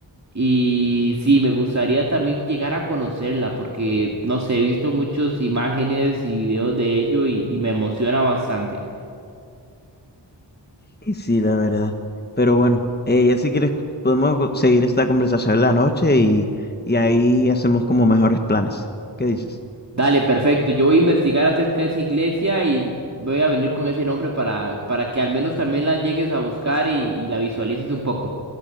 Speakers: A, on the right; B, on the left.
A: Y sí, me gustaría también llegar a conocerla porque, no sé, he visto muchas imágenes y videos de ello y y me emociona bastante.
B: Y sí, la verdad. Pero bueno, eh, ya si quieres podemos seguir esta conversación en la noche y, y ahí hacemos como mejores planes. ¿Qué dices?
A: Dale, perfecto. Yo voy a investigar acerca de esa iglesia y voy a venir con ese nombre para, para que al menos también la llegues a buscar y, y la visualices un poco.